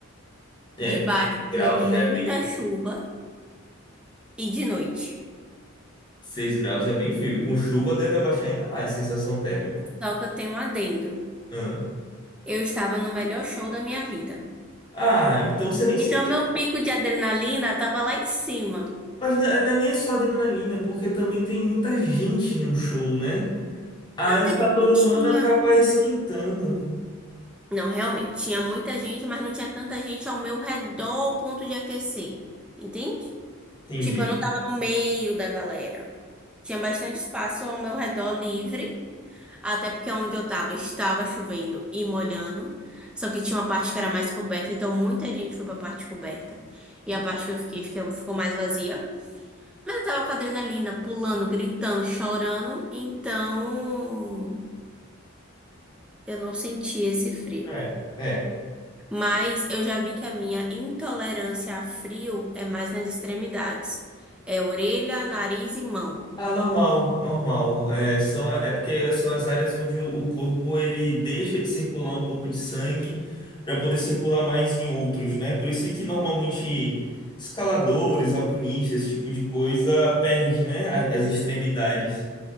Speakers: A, on the left; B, in the centre.
A: É,
B: debaixo
A: Seis graus
B: de muita
A: já é bem frio.
B: chuva e de noite.
A: Seis graus é bem frio. Com chuva deve abaixar ainda mais a sensação térmica.
B: Só que eu tenho um adendo.
A: Ah,
B: Eu estava no melhor show da minha vida.
A: Ah, então você nem sente.
B: Então, meu pico de adrenalina estava lá em cima.
A: Mas não é não é nem só adrenalina, porque também tem muita gente no show, né? Aí
B: Até
A: o calor
B: que não
A: humano
B: tinha.
A: acaba esquentando.
B: Não, realmente, tinha muita gente, mas não tinha tanta gente ao meu redor ao ponto de aquecer. Entende?
A: Entendi.
B: Tipo, eu não tava no meio da galera. Tinha bastante espaço ao meu redor livre. Até porque onde eu tava estava chovendo e molhando. Só que tinha uma parte que era mais coberta, então muita gente foi para a parte coberta. E a parte que eu fiquei fica- ficou mais vazia. Mas eu tava com adrenalina, pulando, gritando, chorando, então eu não senti esse frio.
A: É, é.
B: Mas eu já vi que a minha intolerância a frio é mais nas extremidades. É orelha, nariz e mão.
A: Ah, normal, normal. É, são, é porque são as áreas onde o, o corpo ele deixa de circular um pouco de sangue para poder circular mais em outros, né? Por isso é que normalmente escaladores, alpinistas, esse tipo de coisa perde, né? a- As extremidades,